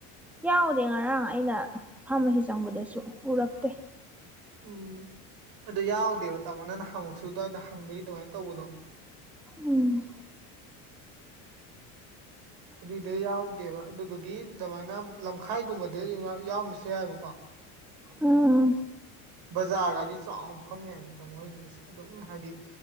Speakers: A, in the centre; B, on the right.
A: ꯌꯥꯎꯗꯦ ꯉꯔꯥꯡ ꯑꯩꯅ ꯐꯥꯔꯃꯁꯤ ꯆꯪꯕꯗꯁꯨ ꯎꯔꯛꯇꯦ
B: ꯎꯝ ꯑꯗꯨ ꯌꯥꯎꯗꯦꯕ ꯇꯥꯃꯣꯅ ꯅꯍꯥꯟꯃꯨꯛꯁꯨ ꯑꯗꯨꯋꯥꯏꯗ ꯍꯪꯕꯒꯤ ꯑꯗꯨꯃꯥꯏ ꯇꯧꯕꯗꯣ
A: ꯎꯝ
B: ꯑꯗꯨꯏꯗ ꯌꯥꯎꯗꯦꯕ ꯑꯗꯨꯗꯨꯒꯤ ꯑꯗꯨꯃꯥꯏꯅ ꯂꯝꯈꯥꯏꯒꯨꯝꯕꯗ ꯌꯥꯎꯔꯝꯃꯁꯨ ꯌꯥꯏꯑꯕꯀꯣ
A: ꯎꯝꯎꯝ
B: ꯕꯖꯥꯔꯒꯗꯤ ꯆꯥꯎ ꯐꯝ ꯌꯥꯏꯅꯤ ꯇꯥꯃꯣ ꯍꯣꯏꯒꯤꯗꯨꯁꯨ ꯑꯗꯨꯝ ꯍꯥꯏꯗꯤ